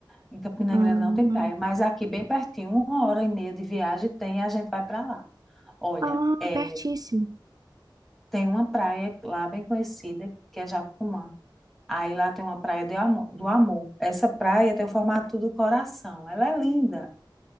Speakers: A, in the centre; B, on the right.
A: em Campina
B: Ah,
A: Grande não tem praia, mas aqui bem pertinho, uma hora e meia de viagem tem e a gente vai para lá. Olha,
B: ah,
A: é,
B: pertíssimo.
A: tem uma praia lá bem conhecida que é Jacumã. Aí lá tem uma praia do amo- do amor. Essa praia tem o formato do coração. Ela é linda,